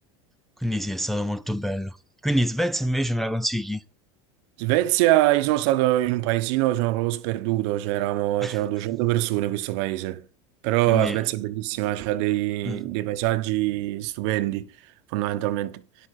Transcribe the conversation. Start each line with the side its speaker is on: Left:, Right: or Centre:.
Centre: quindi sì, è stato molto bello. Quindi Svezia invece me la consigli?
Right: Svezia, io sono stato in un paesino, sono proprio sperduto, c'erano
Centre: <laughs>
Right: c'erano 200 persone in questo paese. Però
Centre: Quindi,
Right: la Svezia è bellissima, c'ha dei,
Centre: mm,
Right: dei paesaggi stupendi, fondamentalmente.